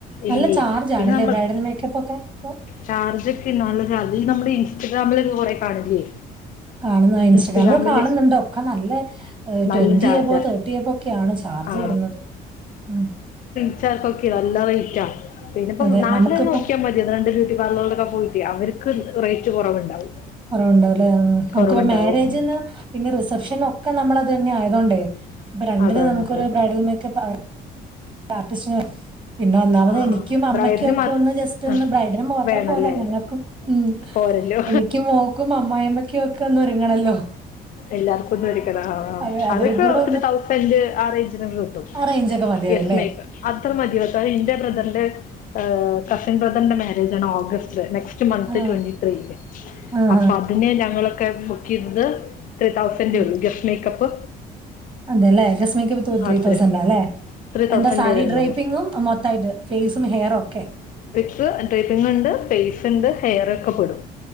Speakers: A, on the right (about 30°); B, on the left (about 50°).
A: നല്ല
B: ഇല്ലെ
A: ചാർജ്
B: പിന്നെ
A: ആണല്ലേ
B: നമ്മ
A: ബ്രൈഡൽ മേക്കപ്പ് ഒക്കെ ഇപ്പൊ
B: ചാർജ് ഒക്കെള്ള അത് നമ്മുടെ ഇൻസ്റ്റഗ്രാമില് ഒക്കെ കുറെ കാണില്ലേ.
A: കാണുന്ന ഇൻസ്റ്റഗ്രാമില്
B: ഇൻസ്റ്റഗ്രാമിൽ
A: കാണുന്നുണ്ട് ഒക്കെ നല്ല,
B: നല്ല
A: ട്വന്റി
B: ചാർജാ
A: എബോ തേർട്ടി എബോ ഒക്കെയാണ് ചാർജ്
B: ആ
A: വരുന്നത്. ഉം.
B: ച്ചാർക്കൊക്കെ നല്ല റേറ്റാ. പിന്ന ഇപ്പം
A: അതെ
B: നാട്ടിൽന്നന്ന്
A: നമുക്കിപ്പോ
B: നോക്കാൻ മ രണ്ട് ബ്യൂട്ടി പാർലറിലൊക്കെ പോയിട്ടെ അവർക്ക് റേറ്റ് കുറവുണ്ടാവും.
A: കുറവുണ്ടാവല്ലേ. നമുക്കി
B: കുറവുണ്ടാവും
A: മാരേജിന്ന്
B: ഉം.
A: പിന്നെ റിസപ്ഷനൊക്കെ നമ്മള് അത് തന്നെ ആയതൊണ്ടേ അപ്പൊ രണ്ടിനും
B: അതാണ്
A: നമുക്കൊരു
B: അതാണ്
A: ബ്രൈഡൽ മേക്കപ്പ് ആർ <unintelligible> പിന്നെ ഒന്നാമത്
B: ആ
A: എനിക്കും
B: ആ
A: അമ്മയ്ക്കും
B: ബ്രൈഡിന്
A: ഒക്കെ
B: മാത്ര
A: ഒന്ന് ജസ്റ്റ് ഒന്ന്
B: ആ
A: ബ്രൈഡിന് മാത്രം
B: വേണമല്ലേ
A: പോരാ ഞങ്ങക്കും. ഉം
B: പോരല്ലോ
A: എനിക്കും മോക്കും അമ്മായിമ്മക്കും ഒക്കെ ഒന്ന് ഒരുങ്ങണല്ലോ
B: എല്ലാർക്കും ഒന്നും ഒരുങ്ങണം ആഹ് ആഹ്
A: അതെ അതിലും
B: അതൊക്കെ
A: കൂടെ
B: ഒര് തൗസന്റ് ആ റേഞ്ചിനൊക്ക കിട്ടും
A: <unintelligible> മതിയാർ
B: യെസ് മേക്ക് അത്ര മതി <unintelligible> എന്റെ ബ്രദറിന്റെ് ഏഹ് കസിൻ ബ്രദറിന്റെ മാരേജ് ആണ് ഓഗസറ്റില് നെക്സ് <unintelligible> മന്ത്
A: ആഹ്
B: ട്വന്റി ത്രീക്ക്
A: ആഹ്
B: അപ്പ അതിന് ഞങ്ങളൊക്കെ ബുക്ക് ചെയ്തത് ത്രീ തൗസന്റെ
A: ആഹ്.
B: ഉള്ളൂ ഗസ്റ്റ് മേക്കപ്പ്
A: അതെല്ലേ ഗസ്റ്റ് മേക്കപ്പ് ടു ത്രീ
B: അത്രേ
A: തൗസൻഡാ അല്ലേ
B: ത്രീ തൗസൻഡേ
A: എന്റെ സാരി
B: വരുന്നുള്ളൂ
A: ഡ്രേപ്പിങ്ങും മൊത്തായിട്ട് ഫേസും ഹെയറൊക്കെ
B: <unintelligible> ഡ്രേപ്പിംങ്ങ് ഉണ്ട് ഫേസ് ഉണ്ട് ഹെയർ ഒക്കെ പെടും